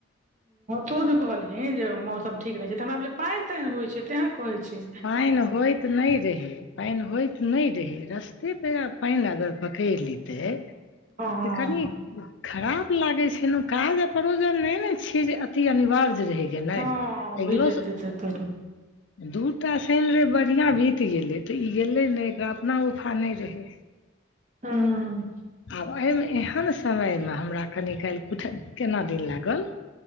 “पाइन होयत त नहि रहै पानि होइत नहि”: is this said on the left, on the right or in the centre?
Left